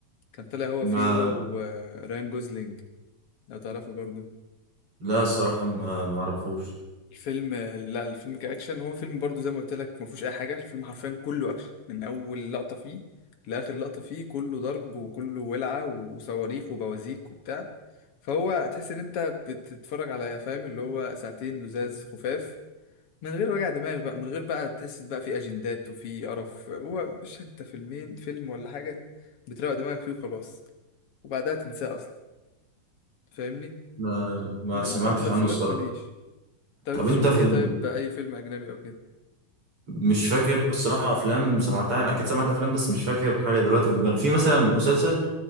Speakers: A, on the left (about 55°); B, on the right (about 45°).
A: كان طالع هو
B: ما
A: فيه هو وريان جوزلينج لو تعرفه برضو
B: لا الصراحة ما ما اعرفوش
A: الفيلم لا الفيلم كأكشن هو فيلم برضو زي ما قلت لك ما فيهوش اي حاجه الفيلم حرفيا كله اكشن من اول لقطه فيه لاخر لقطه فيه كله ضرب وكله ولعه وصواريخ وبوازيك وبتاع فهو تحس ان انت بتتفرج على فاهم اللي هو ساعتين لزاز خفاف من غير وجع دماغ بقى من غير بقى تحس بقى في اجندات وفي قرف هو مش انت فيلمين فيلم ولا حاجه بتروق دماغك فيه وخلاص وبعدها تنساه اصلا فاهمني
B: ما ما
A: انما
B: سمعتش
A: كمسلسلات
B: عنه الصراحة
A: ماليش طب
B: طب
A: شفت
B: انت في
A: ايه
B: ال...
A: طيب اي فيلم اجنبي او كده
B: مش فاكر الصراحة افلام سمعتها يعني اكيد سمعت افلام بس مش فاكر حاجة دلوقتي في دماغي في مثلا مسلسل